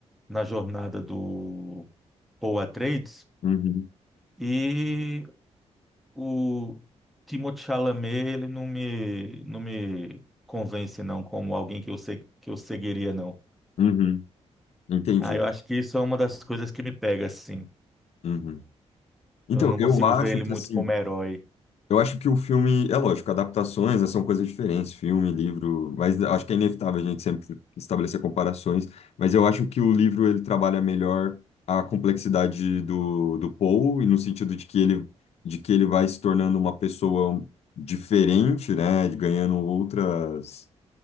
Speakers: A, in the centre; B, on the left.
A: na jornada do Paul Atreides
B: uhum,
A: e o Timothée Chalamet, ele não me não me convence não como alguém que eu sei que eu seguiria não.
B: uhum. Entendi.
A: Ah, eu acho que isso é uma das coisas que me pega assim.
B: Uhum. Então,
A: Eu não
B: eu
A: consigo
B: acho
A: ver ele
B: que
A: muito
B: assim,
A: como herói.
B: eu acho que o filme, é lógico, adaptações, né, são coisas diferentes, filme, livro, mas acho que é inevitável a gente sempre estabelecer comparações, mas eu acho que o livro ele trabalha melhor a complexidade do, do Paul, e no sentido de que ele de que ele vai se tornando uma pessoa diferente, né, ganhando outras